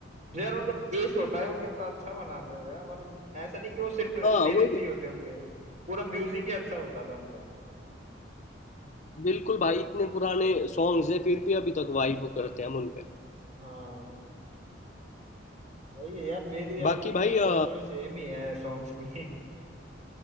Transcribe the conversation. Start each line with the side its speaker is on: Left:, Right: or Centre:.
Right: जो यार उनका बेस होता है वो कितना अच्छा बनाते हो यार मतलब ऐसा नहीं कि वो सिर्फ
Left: हाँ
Right: लिरिक्स
Left: वो
Right: ही होते हैं उनके पूरा म्यूजिक ही अच्छा होता था उनका
Left: बिल्कुल भाई इतने पुराने सॉन्ग्स है फिर भी अभी तक वाइब करते हैं हम उन पे
Right: हाँ वही है यार मेरी आपकी
Left: बाकी
Right: चॉइस
Left: भाई अ,
Right: थोड़ी थोड़ी सेम ही है सॉन्ग्स की